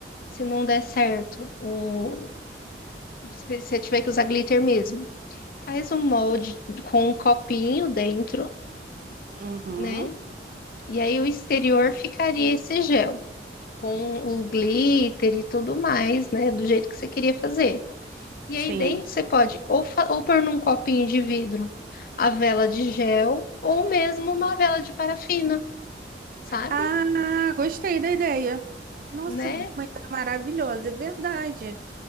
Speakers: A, on the left (about 50°); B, on the right (about 50°).
A: Se não der certo, o... se você tiver que usar glitter mesmo. Faz um molde com um copinho dentro,
B: Uhum,
A: né? E aí o exterior ficaria esse gel, com o glitter e tudo mais, né? Do jeito que você queria fazer. E
B: sim.
A: aí dentro você pode ou, fa- ou pôr num copinho de vidro a vela de gel, ou mesmo uma vela de parafina, sabe?
B: Ah, gostei da ideia. Nossa,
A: Né?
B: uma ideia maravilhosa, é verdade.